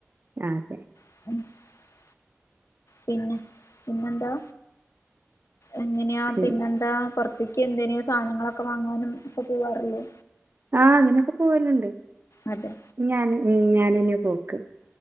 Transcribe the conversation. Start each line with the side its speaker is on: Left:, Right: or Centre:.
Right: ആതെ
Left: <inaudible> പിന്നെ പിന്നെന്താ എങ്ങനെയാ
Right: ഉം
Left: പിന്നെ ആ പുറത്തേക്ക് എന്ത്‌നേം സാനങ്ങളൊക്കെ വാങ്ങാനും ഒക്കെ പോവാറില്ലേ?
Right: ആ അതിനൊക്കെ പോവലുണ്ട്.
Left: അതെ
Right: ഞാൻ ഞ്ഞി ഞാാനന്നെ പോക്ക്.